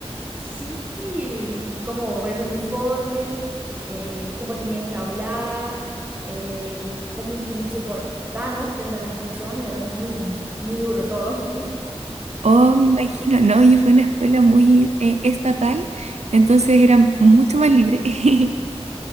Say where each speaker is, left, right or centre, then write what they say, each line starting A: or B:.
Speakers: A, on the right (about 15°); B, on the right (about 80°).
A: Sí, cómo era el uniforme, eh, cómo tenía que hablar, eh, cómo tenía que se portar, ¿no? Frente a las personas, era muy, muy duro todo. <laughs>
B: Oh, me imagino. No, yo fui a una escuela muy eh, estatal, entonces era mucho más libre. <laughs>